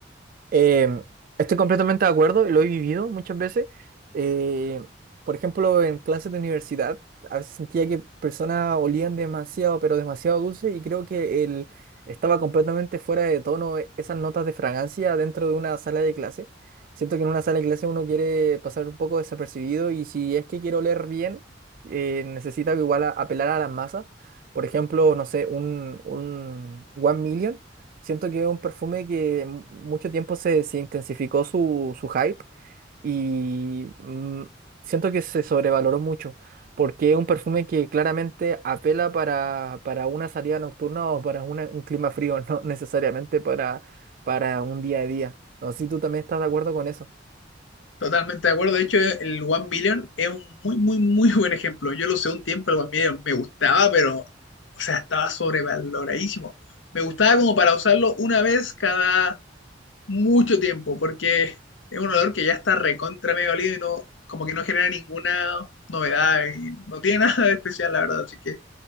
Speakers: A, on the right; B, on the left.
A: Eh, estoy completamente de acuerdo, y lo he vivido muchas veces. Eh, por ejemplo, en clases de universidad, a veces sentía que personas olían demasiado, pero demasiado dulce, y creo que el, estaba completamente fuera de tono e- esas notas de fragancia dentro de una sala de clase. Siento que en una sala de clase uno quiere pasar un poco desapercibido, y si es que quiere oler bien, eh, necesita igual a- apelar a las masas. Por ejemplo, no sé, un, un One Million. Siento que es un perfume que mu- mucho tiempo se, se intensificó su, su hype y mm, siento que se sobrevaloró mucho, porque es un perfume que claramente apela para, para una salida nocturna o para una- un clima frío, <laughs> no necesariamente para, para un día a día. No sé si tú también estás de acuerdo con eso.
B: Totalmente de acuerdo. De hecho, el One Billion es un muy, muy, muy <laughs> buen ejemplo. Yo lo usé un tiempo, el One Billion me gustaba, pero, o sea, estaba sobrevaloradísimo. Me gustaba como para usarlo una vez cada mucho tiempo, porque es un olor que ya está recontra medio olido y no, como que no genera ninguna novedad y no tiene <laughs> nada de especial, la verdad. Así que